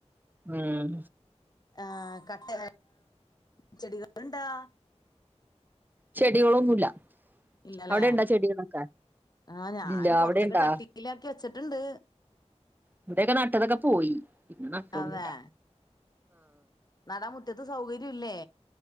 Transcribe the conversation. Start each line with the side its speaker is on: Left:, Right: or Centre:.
Right: ഉം
Left: ആഹ് കട്ട ചെടികൾണ്ടാ
Right: ചെടികളൊന്നുല്ല
Left: ഇല്ലല്ലേ
Right: അവിടെണ്ടാ ചെടികളൊക്കെ
Left: ആഹ് ഞാൻ
Right: ഇല്ല
Left: കൊറച്ചൊക്കെ
Right: അവിടെണ്ടാ
Left: ചട്ടിയില ആക്കി വെച്ചിട്ട ണ്ട്
Right: ഇവിടെയൊക്കെ നട്ടതൊക്കെ പോയി പിന്നെ നട്ടൊന്നുമില്ല
Left: അതെ നടാൻ മുറ്റത്ത് സൗകര്യം ഇല്ലേ